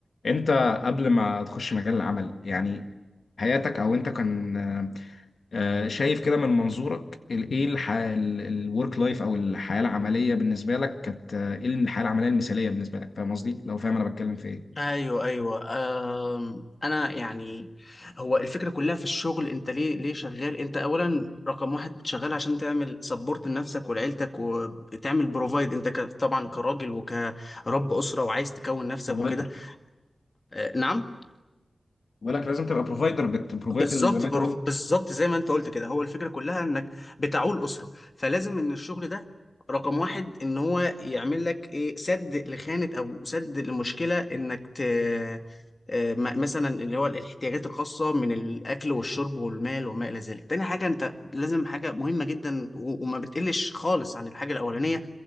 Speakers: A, on the left; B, on the left.
A: انت قبل ما تخش مجال العمل يعني حياتك او انت كان آه، شايف كده من منظورك ال- ايه الورك لايف او الحياه العمليه بالنسبه لك كانت آه، ايه الحياه العمليه المثاليه بالنسبه لك فاهم قصدي لو فاهم انا بتكلم في ايه
B: ايوه ايوه أم... انا يعني هو الفكره كلها في الشغل انت ليه ليه شغال انت اولا رقم واحد شغال عشان تعمل سبورت لنفسك ولعيلتك وتعمل بروفايد انت ك... طبعا كراجل وكرب اسره وعايز تكون نفسك
A: بروفايدر
B: وكده أه، نعم
A: بقول لك لازم تبقى بروفايدر بتبروفايد
B: بالظبط
A: زي ما
B: برو-
A: انت قلت
B: بالظبط زي ما انت قلت كده هو الفكره كلها انك بتعول اسره فلازم ان الشغل ده رقم واحد ان هو يعمل لك ايه سد لخانه او سد لمشكله انك ت آه، م- مثلا اللي هو الاحتياجات الخاصه من الاكل والشرب والمال وما الى ذلك. تاني حاجه انت لازم حاجه مهمه جدا و- وما بتقلش خالص عن الحاجه الاولانيه